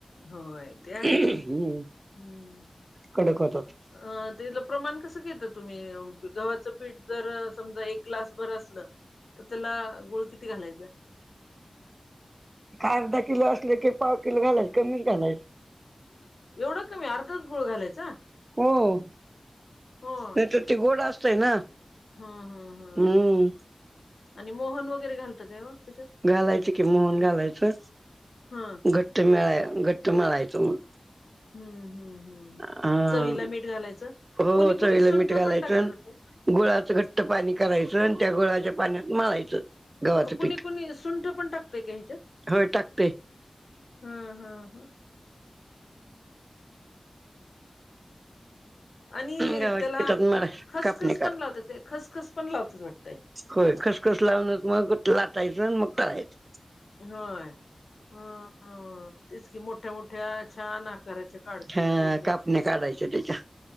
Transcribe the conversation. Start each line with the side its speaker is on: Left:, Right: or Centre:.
Left: होय ते
Right: हम्म
Left: आहे हम्म.
Right: कडक होतात.
Left: अ तलं प्रमाण कसं घेता तुम्ही गव्हाचं पीठ जर समजा एक ग्लास भर असलं. तर त्याला गुळ किती घालायचां?
Right: का अर्धा किलो असले की पाव किलो घालायचे कमीच घालायचं.
Left: एवढं कमी अर्धच गुळ घालायचा.
Right: हो.
Left: हो.
Right: नाही तर त गोड असतय ना
Left: हा हा हा
Right: हम्म..
Left: हा आणि मोहन वगैरे घालतं काय मग? त्याच्यात
Right: घालायचं की मोहन घालायचं
Left: हा
Right: घट्ट मिळाय घट्ट मळायचं मग
Left: हम्म हम्म हम्म
Right: हा
Left: चवीला मीठ घालायचं
Right: हो
Left: कुणी
Right: चवीला
Left: कुणी सुंठ
Right: मीठ घालायचं.
Left: पण टाकलं जात ते.
Right: गुळाचं घट्ट पाणी करायचं आणि त्या गुळाच्या पाण्यात मळायचं. गव्हाचं
Left: कुणी
Right: पीठ.
Left: कुणी सुंठ पण टाकतय का? ह्याच्यात
Right: होय टाकते
Left: ह ह ह.. आणि
Right: गव्हाच्या
Left: त्याला
Right: पिठात मळायचं
Left: खसखस
Right: कापणी करा
Left: पण लावत्यात काय? खसखस पण लावत्यात वाटतंय.
Right: होय खस खस लावणच मग लाटायचं मग तळायच.
Left: होय ह... तेच कि मोठ्या मोठ्या छान आकाराच्या. काढतात
Right: हा
Left: बाई लोक
Right: कापन्या काढायच त्याच्या.